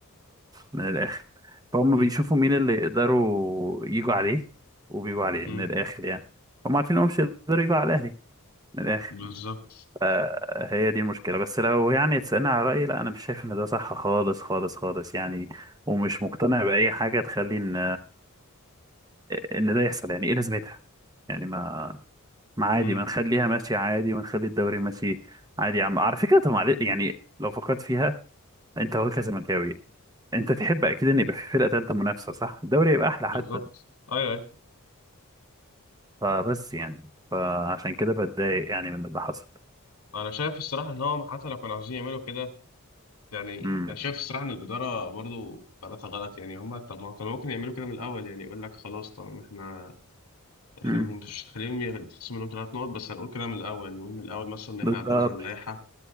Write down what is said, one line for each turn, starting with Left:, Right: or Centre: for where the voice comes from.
Right: من الاخر فهم
Left: مم.
Right: بيشوفوا مين اللي يقدروا يجوا عليه وبيجوا عليه
Left: امم
Right: من الاخر يعني هم عارفين انهم مش هيقدروا يجوا على الاهلي من الاخر
Left: بالظبط
Right: آه، هي دي المشكله بس لو يعني تسالني على رايي لا انا مش شايف ان ده صح خالص خالص خالص يعني ومش مقتنع باي حاجه تخلي ان ان ده يحصل يعني ايه لازمتها يعني ما ما عادي
Left: مم.
Right: ما نخليها ماشيه عادي ونخلي الدوري ماشي عادي يا عم على فكره طب معلش يعني لو فكرت فيها انت هو كزملكاوي انت تحب اكيد ان يبقى في فرقه ثالثه منافسه صح الدوري يبقى احلى
Left: بالظبط
Right: حتى
Left: اي اي
Right: فبس يعني فعشان كده بتضايق يعني من اللي حصل
Left: انا شايف الصراحه ان هو حتى لو كانوا عاوزين يعملوا كده يعني
Right: امم
Left: انا شايف الصراحه ان الاداره برضو قراراتها غلط يعني هم طب ما كانوا ممكن يعملوا كده من الاول يعني يقول لك خلاص طبعا احنا احنا
Right: امم
Left: مش هنخليهم يتخصم منهم ثلاث نقط بس هنقول كده من الاول نقول من الاول مثلا ان احنا
Right: بالظبط
Left: عندنا اللائحه